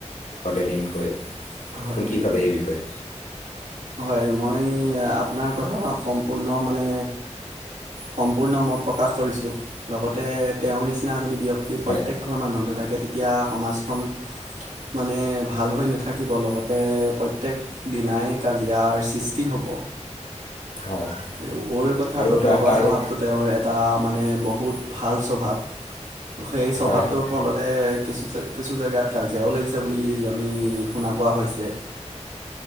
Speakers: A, on the left (about 85°); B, on the right (about 80°).
A: হত এদিনকৈ।
B: হয়
A: কি ভাবে এই বিষয়ে?
B: হয়, মই আপোনাৰ কথা সম্পূৰ্ণ মানে সম্পূৰ্ণ মত প্ৰকাশ কৰিছোঁ। লগতে তেওঁৰ নিচিনা যদি ব্যক্তি
A: হয়
B: প্ৰত্যেক ঘৰ মানুহতে থাকে তেতিয়া সমাজখন মানে ভাল হৈ নাথাকিব। লগতে প্ৰত্যয়েক দিনাই কাজিয়াৰ সৃষ্টি হ'ব।
A: হয়
B: আৰু ৰ কথাটোত
A: আৰু তা
B: লগোৱা
A: তাৰো
B: স্বভাৱটো তেওঁৰ এটা মানে বহুত বহুত ভাল স্বভাৱ। সেই স্বভাৱটোৰ
A: হয় হয়
B: ফলতে কিছু কিছু জেগাত কাজিয়াও লাগিছে বুলি আমি শুনা পোৱা হৈছে।